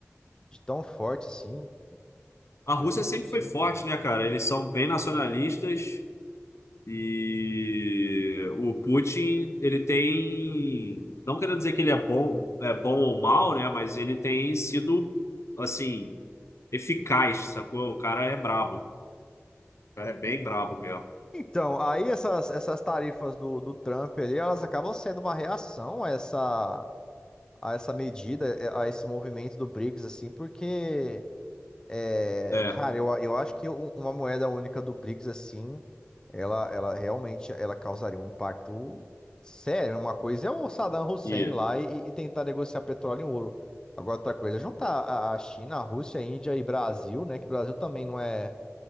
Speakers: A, on the left (about 15°); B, on the left (about 70°).
A: de tão forte assim.
B: A Rússia
A: Eu, eu não
B: sempre
A: consigo
B: foi forte,
A: entender.
B: né, cara? Eles são bem nacionalistas e o Putin, ele tem, não quero dizer que ele é bom, é bom ou mal, né? Mas ele tem sido assim eficaz, sacou? O cara é brabo. O cara é bem brabo mesmo.
A: Então, aí essas, essas tarifas do, do Trump ali, elas acabam sendo uma reação a essa, a essa medida, a esse movimento do BRICS, assim, porque É,
B: É.
A: cara, eu, eu acho que um- uma moeda única do BRICS, assim, ela, ela realmente ela causaria um impacto sério. Uma coisa é o Saddam Hussein
B: E,
A: lá e, e tentar negociar petróleo em ouro. Agora, outra coisa é juntar a, a China, a Rússia, a Índia e Brasil, né? Que o Brasil também não é,